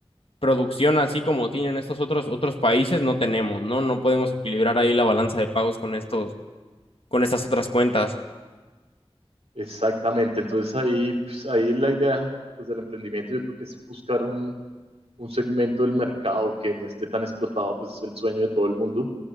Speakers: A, on the left; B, on the right.
A: producción así como tienen estos otros, otros países no tenemos, ¿no? No podemos equilibrar ahí la balanza de pagos con estos, con estas otras cuentas.
B: exactamente. Entonces ahí, pues, ahí la idea pues, del emprendimiento yo creo que es buscar un, un segmento del mercado que no esté tan explotado, pues es el sueño de todo el mundo,